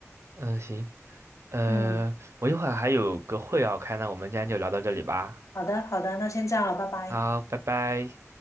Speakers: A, on the right; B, on the left.
A: 嗯，行，呃，
B: 嗯，
A: 我一会儿还有个会要开，那我们今天就聊到这里吧。
B: 好的好的，那先这样了，拜拜。
A: 好，拜拜。